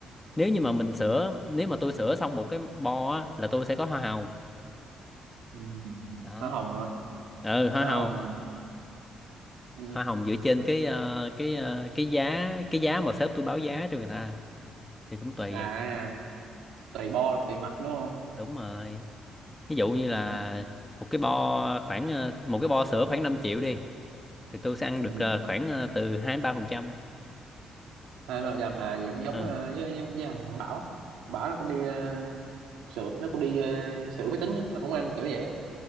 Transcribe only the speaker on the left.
nếu như mà mình sửa nếu mà tôi sửa xong một cái bo á, là tôi sẽ có hoa hồng
đó
ừ hoa
hồng
hoa hồng dựa trên cái ờ, cái ờ, cái giá cái giá mà sếp tôi báo giá cho người ta thì cũng tùy
à
đúng rồi ví dụ như là
một cái bo khoảng ờ, một cái bo sữa khoảng 5 triệu đi thì tôi sẽ ăn được
ờ, khoảng ờ, từ hai đến ba phần trăm
ờ